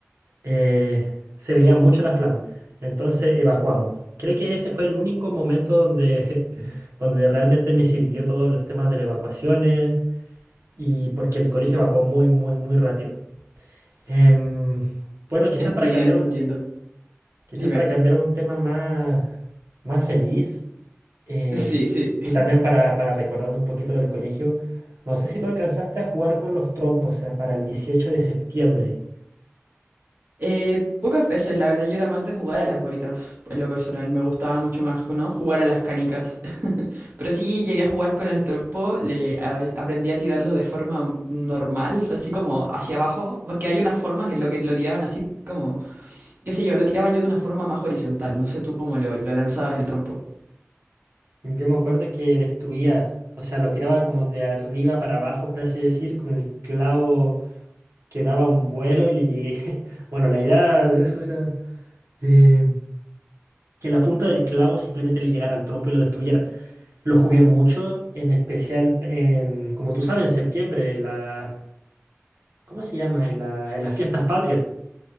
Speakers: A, on the right; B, on the right.
A: eh, se veía mucho la flama. Entonces evacuamos. Creo que ese fue el único momento donde, <laughs> donde realmente me sirvió todos los temas de las evacuaciones y porque el colegio evacuó muy, muy, muy rápido. Em, bueno, quizás
B: Entiendo,
A: para cambiar un,
B: entiendo.
A: quizás
B: Dime.
A: para cambiar a un tema más, más feliz eh,
B: Sí, sí.
A: y también para, para recordar un poquito del colegio, no sé si tú alcanzaste a jugar con los trompos, o para el 18 de septiembre.
B: Eh, pocas veces, la verdad, yo era más de jugar a las bolitas, en lo personal, me gustaba mucho más, ¿no? Jugar a las canicas. <laughs> Pero sí llegué a jugar con el trompo, le a- aprendí a tirarlo de forma normal, así como hacia abajo, porque hay unas formas en lo que lo tiraban así como Qué sé yo, lo tiraba yo de una forma más horizontal. No sé tú cómo lo, lo lanzabas el trompo.
A: Yo me acuerdo que destruía, o sea, lo tiraba como de arriba para abajo, por así decir, con el clavo que daba un vuelo y le llegué- <laughs> Bueno, la idea de eso era... eh, que la punta del clavo simplemente le llegara al trompo y lo destruyera. Lo jugué mucho, en especial en, como tú sabes, en septiembre, en la, ¿cómo se llama? En la- en las fiestas patrias.